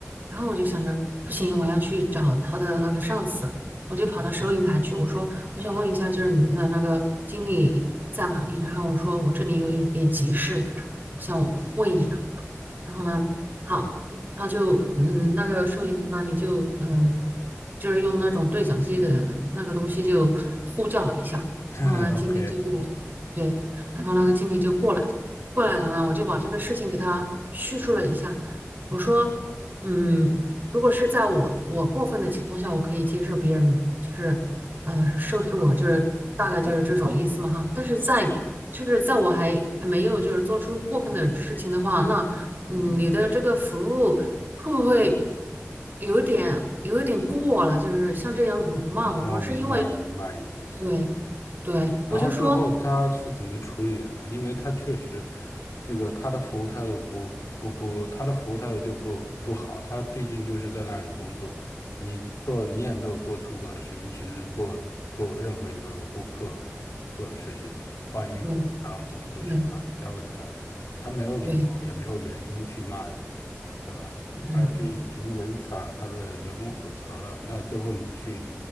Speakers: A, on the right; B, on the left.
A: 然后我就想着，不行，我要去找他的那个上司，我就跑到收银台去，我说我想问一下，就是你们的那个经理在哪里？然后我说我这里有一点急事，想问一下。然后呢，好，他就嗯，那个收银那你就嗯、呃就是用那种对讲机的那个东西就呼叫了一下，
B: 对，
A: 然后呢，
B: <laughs>
A: 经理就过来，
B: OK，
A: 对，然后那个经理就过来，过来了呢，我就把这个事情给他叙述了一下，我说，嗯，如果是在我我过分的情况下，我可以接受别人就是呃收拾我，就是大概就是这种意思嘛哈，但是在就是在我还还没有就是做出过分的事情的话，那。嗯，你的这个服务会不会有一点有一点过了？就是像这样辱骂，
B: 嗯我明白，
A: 我说是因为
B: 我明白你的意思。
A: 对对，
B: 然后最后他是怎么处理的呢？
A: 我就说
B: 因为他确实，这个他的服务态度不不不，他的服务态度就不不好。他毕竟就是在那里工作，你做你也没有做出格的事，你只是做做任何一个顾客做的事情，换衣服，
A: 对
B: 然后自己不喜欢，
A: 对
B: 交给他，他没有理由也没有原因去骂你，
A: 对，
B: 对吧？
A: 是这样，
B: 而这已经违反了他的员工手册了。那最后你去